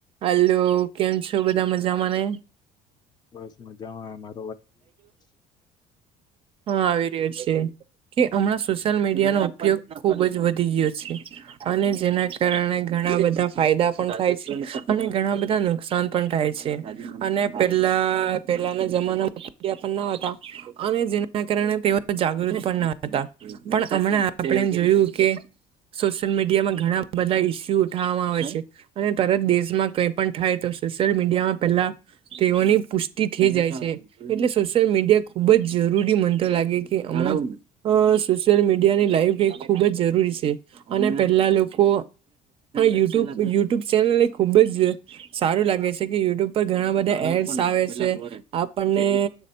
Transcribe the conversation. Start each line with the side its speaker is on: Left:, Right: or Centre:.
Right: Hello કેમ છો બધા મજામાંને.
Left: બસ મજામાં એમાં.
Right: હા આવી રયો છે. કે હમણાં સોશિયલ મીડિયાનો ઉપયોગ ખુબ જ વધી ગયો છે. અને જેના કારણે ઘણા બધા ફાયદા પણ થાય છે અને ઘણા બધા નુકસાન પણ થાય છે અને પેલા પેલાના જમાના માંિયા <inaudible> પણ ન હતા અને જેના કારણે તેઓ જાગૃત પણ ન હતા. પણ હમણા આપડે એમ જોયું કે. સોશિયલ મીડિયામાં ઘણા બધા ઈસ્યુ ઉઠાવવામાં આવે છે. અને તરત દેશમાં કઈ પણ થાય તો સોશિયલ મીડિયામાં પેલા તે ઓની પુષ્ટિ થઈ જાય છે. એટલે સોશિયલ મીડિયા ખુબ જ જરૂરી મનતો લાગે કે હમણાં અ. સોશિયલ મીડિયા ની લાઈફ એ ખૂબ જ જરૂરી છે. અને પેલા લોકો યુટુબ યુટ્યુબ ચેનલ એ ખુબ જ સારું લાગે છે કે યુટ્યુબ પર ઘણા બધા એડ્સ આવે છે અપ. આપણને